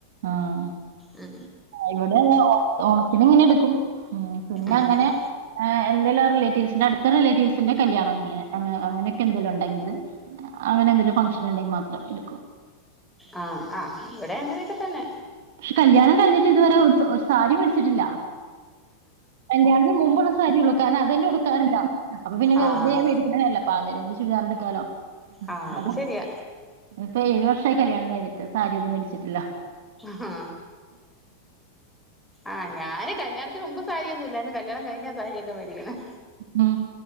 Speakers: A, on the right; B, in the centre.
A: ആഹ്
B: മ്
A: ഇവിടെ ഓ ഓണത്തിന് ഇങ്ങനെ എടുക്കും പിന്നങ്ങനെ
B: ഉം
A: ഏ എന്തെലും റിലേറ്റിവ്സിന്റെ അടുത്ത റിലേറ്റീവ്സിന്റെ കല്യാണം അങ്ങ അങ്ങനെക്കെ എന്തെലും ഒണ്ടെങ്കിൽ അങ്ങനെ എന്തെലും ഫഗ്ഷൻ ഇണ്ടെൽ മാത്രം എടുക്കും
B: ആ ആ ഇവിടെ അങ്ങനെയൊക്കെ തന്നെ
A: പക്ഷെ കല്യാണം കഴിഞ്ഞിട്ട് ഇതുവരെ ഒരു സാരി മേടിച്ചിട്ടില്ല കല്യാണത്തിന് മുമ്പുള്ള സാരി ഉള്ളൂ കാരണം അത് തന്നെ ഉടുക്കാറില്ല അപ്പൊ പിന്നെ വെറുത
B: ആഹ്
A: മേടിച്ചിട്ട് കാര്യല്ല പ ആ നേരം ഒരു ചുരിദാറെടുക്കാലോ
B: ആഹ് അത്
A: അത
B: ശരിയാ
A: ഇപ്പൊ ഏഴ് വർഷമായി കല്യാണം കഴിഞ്ഞിട്ട് സാരിയൊന്നും മേടി ച്ചിട്ടില്ല
B: ഹാ ആ ഞാന് കല്യാണത്തിന് മുമ്പ് സാരിയൊന്നും ഇല്ലാരുന്നു കല്ല്യാണം കഴിഞ്ഞാ സരിയൊക്ക മേടിക്ക്ണെ
A: ഉം